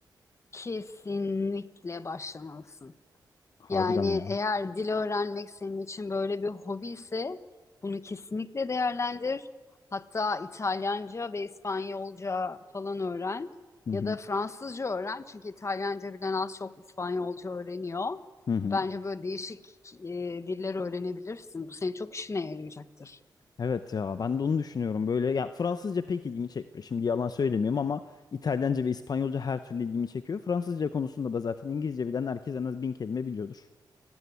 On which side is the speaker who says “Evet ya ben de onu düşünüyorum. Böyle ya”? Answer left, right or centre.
Left